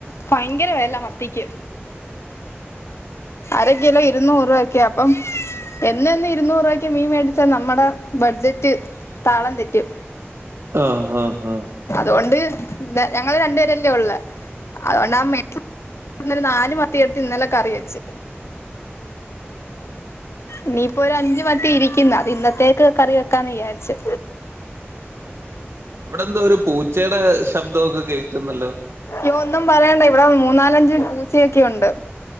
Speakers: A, on the left (about 80°); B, on the right (about 80°).
A: ഭയങ്കര വില മത്തിക്ക് അര കിലോ ഇരുന്നൂറ് രൂപ ഒക്കെയ അപ്പം- എന്നും എന്നും ഇരുന്നൂറ് രൂപക്ക് മീൻ മേടിച്ചാ നമ്മുടെ- ബഡ്ജറ്റ്- താളം തെറ്റും
B: ആ ആ ആ
A: അതുകൊണ്ട് ഞങ്ങള് രണ്ടുപേരല്ലേ ഒള്ളു അതുകൊണ്ടാ <unintelligible> നാല് മത്തിയെടുത്ത് ഇന്നലെ കറി വെച്ച് ഇനിയിപ്പോ ഒരു അഞ്ച് മത്തി ഇരിക്കുന്നു അത് ഇന്നത്തേക്ക് കറി വെക്കാന്ന് വിചാരിച്ചു
B: -അവിടെന്തോ ഒരു പൂച്ചയുടെ ശബ്ദമൊക്കെ കേൾക്കുന്നല്ലോ
A: ഇ ഒന്നും പറയണ്ട ഇവിടെ മൂന്നാലഞ്ച് പൂച്ചയൊക്കെയുണ്ട്